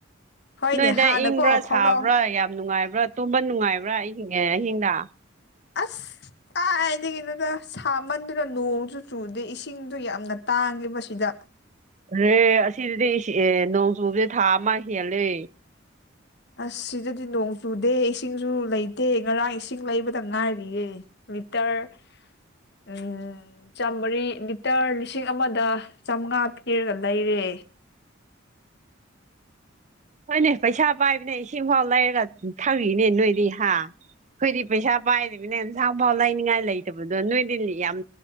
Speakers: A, on the left (about 60°); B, on the right (about 35°).
A: ꯍꯣꯏꯅꯦ
B: ꯅꯣꯏꯗ
A: ꯍꯥꯟꯅꯀꯣ
B: ꯏꯪꯕ꯭ꯔꯥ
A: ꯐꯥꯎꯅꯧ
B: ꯁꯥꯕ꯭ꯔꯥ ꯌꯥꯝ ꯅꯨꯡꯉꯥꯏꯕ꯭ꯔꯥ꯫ ꯇꯣꯝꯕ ꯅꯨꯡꯉꯥꯏꯕ꯭ꯔꯥ ꯑꯍꯤꯡꯉꯦ ꯑꯍꯤꯡꯗ꯫
A: ꯑꯁ꯫ ꯀꯥꯏꯗꯒꯤꯅꯣꯗ ꯁꯥꯃꯟꯗꯨꯅ ꯅꯣꯡꯁꯨ ꯆꯨꯗꯦ ꯏꯁꯤꯡꯁꯨ ꯌꯥꯝꯅ ꯇꯥꯡꯉꯦꯕ ꯁꯤꯗ꯫
B: ꯔꯦ ꯑꯁꯤꯗꯗꯤ ꯏꯁꯤ ꯑꯦ ꯅꯣꯡ ꯆꯨꯕꯁꯦ ꯊꯥ ꯑꯃ ꯍꯦꯜꯂꯦ
A: ꯑꯁ ꯁꯤꯗꯗꯤ ꯅꯣꯡ ꯆꯨꯗꯦ ꯏꯁꯤꯡꯁꯨ ꯂꯩꯇꯦ ꯉꯔꯥꯡ ꯏꯁꯤꯡ ꯂꯩꯕꯗ ꯉꯥꯏꯔꯤꯌꯦ ꯂꯤꯇꯌ <unintelligible> ꯆꯝꯃꯔꯤ ꯂꯤꯇꯔ ꯂꯤꯁꯤꯡ ꯑꯃꯗ ꯆꯝꯉꯥ ꯄꯤꯔꯒ ꯂꯩꯔꯦ
B: ꯍꯣꯏꯅꯦ ꯄꯩꯁꯥ ꯄꯥꯏꯕꯅꯦ ꯏꯁꯤꯡ ꯐꯥꯎ ꯂꯩꯔꯒ ꯊꯛꯔꯤꯅꯦ ꯅꯣꯏꯗꯤ ꯍꯥ ꯈꯣꯏꯗꯤ ꯄꯩꯁꯥ ꯄꯥꯏꯗꯕꯅꯤꯅ ꯑꯦꯟꯁꯥꯡꯐꯥꯎ ꯂꯩꯅꯤꯡꯉꯥꯏ ꯂꯩꯇꯕꯗꯣ ꯅꯣꯏꯗꯤ ꯂꯤ ꯌꯥꯝ